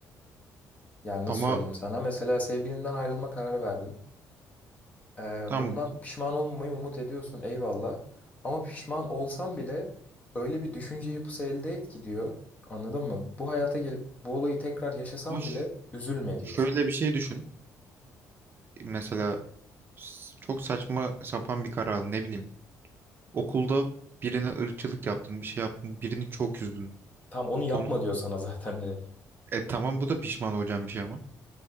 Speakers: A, on the left; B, on the right.
A: Yani nasıl
B: Ama
A: söyleyeyim sana? Mesela sevgilinden ayrılma kararı verdin. Ee,
B: tam
A: bundan pişman olmamayı umut ediyorsun eyvallah. Ama pişman olsan bile öyle bir düşünce yapısı elde et ki diyor. Anladın mı? Bu hayata gelip bu olayı tekrar yaşasan
B: hoş.
A: bile üzülme diyor.
B: Şöyle bir şey düşün. Mesela s- çok saçma sapan bir karar aldın. Ne bileyim. Okulda birine ırkçılık yaptın, bir şey yaptın, birini çok üzdün.
A: Tam onu yapma
B: Onun
A: diyor sana <laughs> zaten direkt.
B: e tamam bu da pişman olacağın bir şey ama